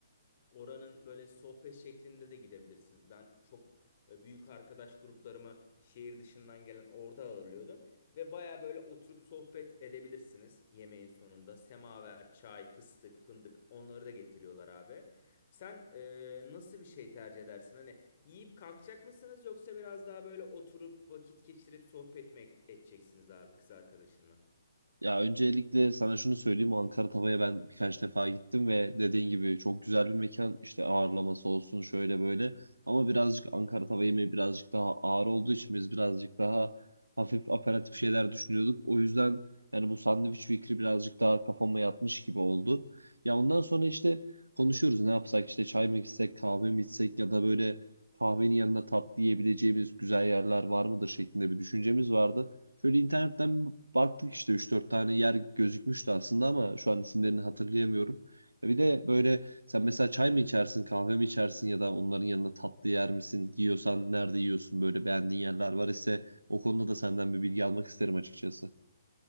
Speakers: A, on the left (about 40°); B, on the right (about 80°).
A: oranın böyle sohbet şeklinde de gidebilirsiniz. Ben çok e, büyük arkadaş gruplarımı şehir dışından gelen orada ağırlıyordum. Ve baya böyle oturup sohbet edebilirsiniz yemeğin sonunda. Semaver, çay, fıstık, fındık onları da getiriyorlar abi. Sen e, nasıl bir şey tercih edersin? Hani yiyip kalkacak mısınız yoksa biraz daha böyle oturup vakit geçirip sohbet mi edeceksiniz abi kız arkadaşınla?
B: Ya öncelikle sana şunu söyleyeyim. Ankara Tava'ya ben birkaç defa gittim ve dediğin gibi çok güzel bir mekan. İşte ağırlaması olsun şöyle böyle. Ama birazcık Ankara Tava yemeği birazcık daha ağır olduğu için biz birazcık daha hafif aperatif şeyler düşünüyorduk. O yüzden yani bu sandviç fikri birazcık daha kafama yatmış gibi oldu. Ya ondan sonra işte konuşuyoruz ne yapsak işte çay mı içsek kahve mi içsek ya da böyle kahvenin yanına tatlı yiyebileceğimiz güzel yerler var mıdır şeklinde bir düşüncemiz vardı. Şöyle internetten baktık işte üç dört tane yer gözükmüştü aslında ama şu an isimlerini hatırlayamıyorum. Ya Bir de böyle sen mesela çay mı içersin, kahve mi içersin ya da onların yanında tatlı yer misin? Yiyorsan nerede yiyorsun? Böyle beğendiğin yerler var ise o konuda da senden bir bilgi almak isterim açıkçası.